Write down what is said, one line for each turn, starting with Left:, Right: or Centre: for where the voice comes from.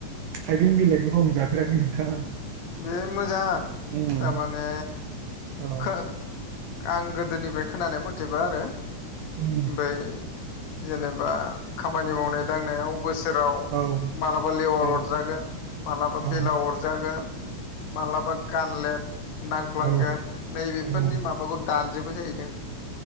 Right: थाइबें बिलाइखौथ' आं जाफेराखै नोंथां
Left: बे मोजां
Right: उम
Left: थारमाने
Right: औ
Left: खो आं गोदोनिफ्राय खोनानाय मथेबा आरो
Right: उम
Left: बै जेनेबा खामानि मावनाय दांनायाव बोसोराव
Right: औ
Left: मालाबा लेवार
Right: औ
Left: अरजागोन मालाबा
Right: औ
Left: बेलाव अरजागोन मालाबा गांनलेत नांफ्लांगोन
Right: औ
Left: नैबेफोरनि
Right: औ
Left: माबाखौ दानजोबो जायो